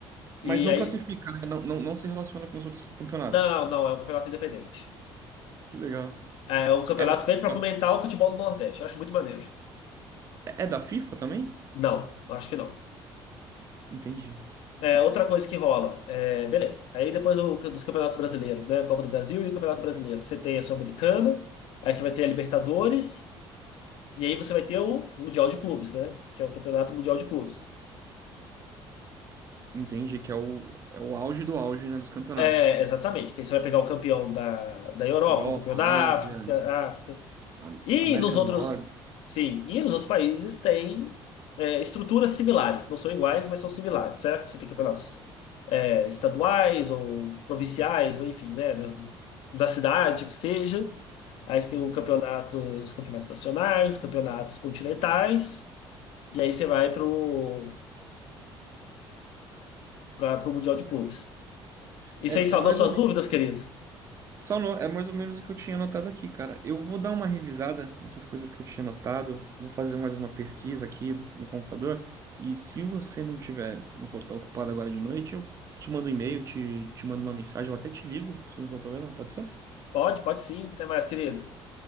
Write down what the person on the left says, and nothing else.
E
aí.
Não, não, é um campeonato independente.
É é um campeonato
feito
para fomentar o futebol do Nordeste. Eu acho muito maneiro.
Não, eu acho que não.
É, outra coisa que rola, é, beleza. Aí depois do- dos campeonatos brasileiros, né? Copa do Brasil e o Campeonato Brasileiro. Você tem a Sul-Americana, aí você vai ter a Libertadores, e aí você vai ter o Mundial de Clubes, né? Que é o Campeonato Mundial de Clubes.
É, exatamente. Que aí você vai pegar o campeão da, da Europa,
o campeão da
África, África.
E
nos outros,
sim, e nos outros países tem é, estruturas similares, não são iguais, mas são similares, certo? Você tem campeonatos é, estaduais ou provinciais, ou enfim, né, da da cidade que seja. Aí você tem o campeonato, os campeonatos nacionais, os campeonatos continentais, e aí você vai pro, pra, pro Mundial de Clubes. Isso
aí saldou
suas
dúvidas, querido?
Pode, pode sim. Até mais, querido.